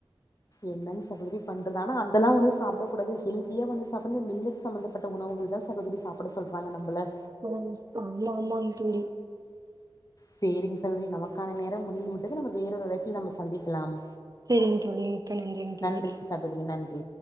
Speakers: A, on the left (about 40°); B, on the right (about 40°).
A: என்னங் சகோதரி பண்றது அதெல்லா வந்து சாப்ட கூடாது ஹெல்தியா வந்து சாப்டுங்க மில்லட் சம்பந்தப்பட்ட உணவுகள் தா சகோதரி சாப்ட சொல்றாங்க நம்மள
B: அத ஆமாங் ஆமாங் தோழி
A: சேரிங் சகோதரி நமக்கான நேரம் முடிந்து விட்டது நம்ம வேறொரு அழைப்பில் நம்ம சந்திக்கலாம்
B: சேரிங் தோழி மிக்க நன்றிங் தோழி
A: நன்றி சகோதரி நன்றி